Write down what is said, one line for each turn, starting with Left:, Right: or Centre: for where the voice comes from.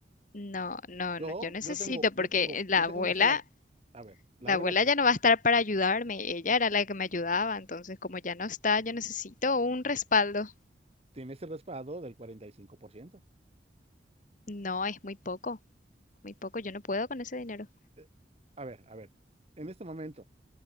Left: No, no,
Right: Yo,
Left: no, yo necesito,
Right: yo tengo, yo
Left: porque
Right: tengo,
Left: la
Right: yo tengo
Left: abuela,
Right: una sola. A ver, la
Left: la
Right: abuela
Left: abuela
Right: quiere.
Left: ya no va a estar para ayudarme. Ella era la que me ayudaba, entonces como ya no está, yo necesito un respaldo.
Right: Tiene ese respaldo del 45%.
Left: No, es muy poco, muy poco, yo no puedo con ese dinero.
Right: Eh, A ver, a ver, en este momento,